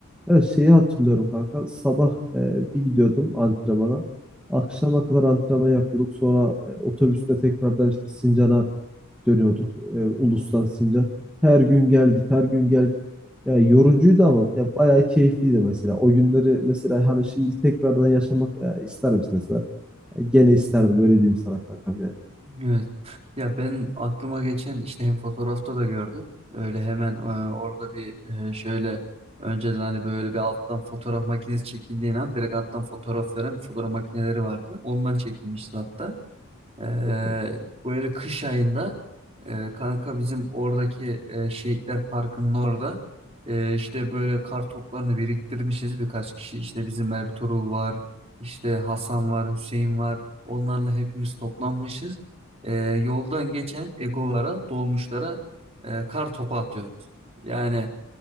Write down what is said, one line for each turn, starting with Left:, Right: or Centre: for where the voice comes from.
Centre: Ya şeyi hatırlıyorum kanka. Sabah e, bir gidiyordum antrenmana. Akşama kadar antrenman yapıyorduk. Sonra e, otobüste tekrardan işte Sincan'a dönüyorduk e, Ulus'tan Sincan. Her gün gel git, her gün gel git. Ya yorucuydu ama ya bayağı keyifliydi mesela. O günleri mesela hani şimdi tekrardan yaşamak e, ister misin mesela? Ya gene isterdim öyle diyeyim sana kankam yani.
Right: Evet. Ya ben aklıma geçen işte hem fotoğrafta da gördüm. Öyle hemen e, orada bir e, şöyle önceden hani böyle bir alttan fotoğraf makinesi çekildiği an direkt alttan fotoğraf veren fotoğraf makineleri vardı. Ondan çekilmişti hatta. Ee,
Centre: Okey.
Right: böyle kış ayında e, kanka bizim oradaki e, Şehitler Parkı'nın orada e, işte böyle kar toplarını biriktirmişiz birkaç kişi. İşte bizim Ertuğrul var, işte Hasan var, Hüseyin var. Onlarla hepimiz toplanmışız. E, yoldan geçen egolara, dolmuşlara e, kar topu atıyoruz. Yani